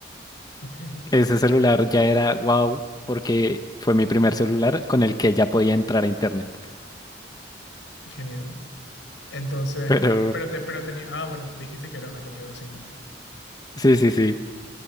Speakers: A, on the left (about 85°); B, on the left (about 20°).
A: ok,
B: Ese celular ya era wow, porque fue mi primer celular con el que ya podía entrar a internet.
A: genial. Entonces,
B: Pero
A: ¿qué- pero te, pero tenía, ah, bueno, dijiste que era una copia básicamente.
B: sí, sí, sí.